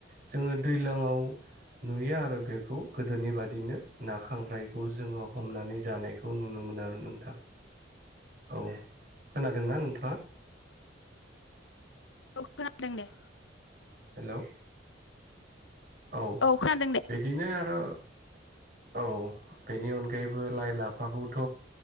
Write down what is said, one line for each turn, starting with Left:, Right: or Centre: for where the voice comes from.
Right: जों दै ज्लाङाव नुयो आरो बेखौ गोदोनि बायदिनो ना खांख्राइ बेखौ जोङो हमनानै जानायखौ नुनो मोनो आरो नोंथां औ खोनादोंना नोंथाङा
Left: औ खोनादों दे
Right: हेलौ औ
Left: खोनादों दे
Right: बिदिनो आरो औ बेनि अनगायैबो लाइ लाफाखौथ'